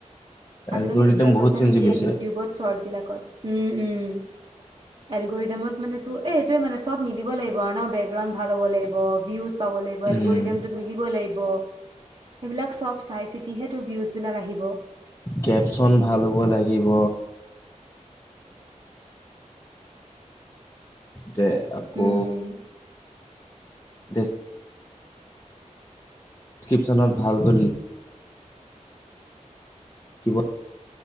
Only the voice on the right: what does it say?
আজিকালি
ইনষ্টাত
পইচা
নিদিয়ে,
ইউটিউবত শ্বৰ্টবিলাকত, উ, উম।
এলগৰিদমত মানে, তোৰ এইটোৱে মানে চব মিলিব লাগিব আৰু ন, বেকগ্ৰাউণ্ড ভাল হ'ব লাগিব, ভিউজ পাব লাগিব, এলগৰিদম
তো মিলিব লাগিব। সেইবিলাক চব চাই-চিতিহে তোৰ ভিউজবিলাক আহিব।
উম।